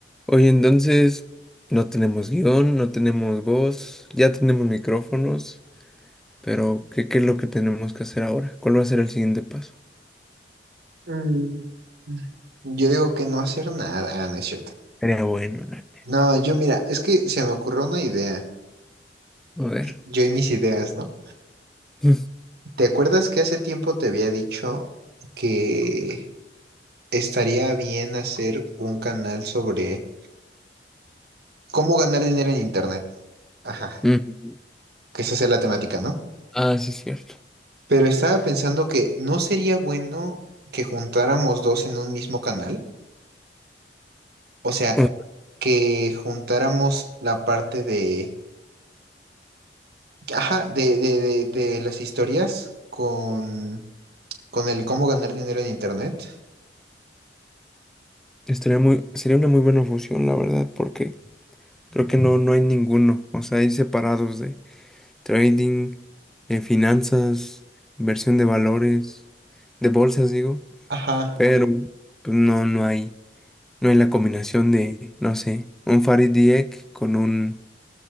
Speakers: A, in the centre; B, on the right.
A: Oye, entonces no tenemos guión, no tenemos voz, ya tenemos micrófonos, pero ¿qué, qué es lo que tenemos que hacer ahora? ¿Cuál va a ser el siguiente paso?
B: Mm, Yo digo que no hacer nada. Ah, no es cierto.
A: Sería bueno, la neta.
B: No, yo mira, es que se me ocurrió una idea.
A: A ver.
B: Yo y mis ideas, ¿no?
A: <laughs>
B: ¿Te acuerdas que hace tiempo te había dicho que estaría bien hacer un canal sobre cómo ganar dinero en Internet? Ajá,
A: Mm. mm.
B: que esa sea la temática, ¿no?
A: Ah, sí, cierto.
B: Pero estaba pensando que no sería bueno que juntáramos dos en un mismo canal. O sea,
A: Mm.
B: que juntáramos la parte de Ajá, de, de, de, de las historias con, con el cómo ganar dinero en internet.
A: Estaría muy, sería una muy buena fusión, la verdad, porque creo que no, no hay ninguno. O sea, hay separados de trading, eh, finanzas, inversión de valores, de bolsas, digo,
B: Ajá,
A: pero pues, no, no hay. No en la combinación de, no sé, un Farid Dieck con un,